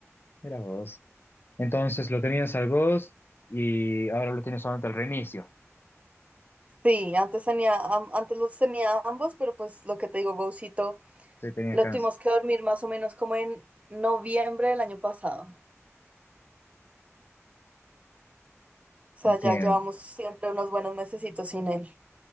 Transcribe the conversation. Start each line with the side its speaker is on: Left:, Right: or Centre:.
Left: Mira vos. Entonces lo tenías al Ghost y ahora lo tienes solamente al reinicio.
Right: Sí, antes tenía, am- antes los tenía ambos, pero pues lo que te digo, Gaucito
Left: Se tenía
Right: Lo
Left: cáncer.
Right: tuvimos que dormir más o menos como en noviembre del año pasado. O sea,
Left: Entiendo.
Right: ya llevamos siempre unos buenos mesecitos sin él.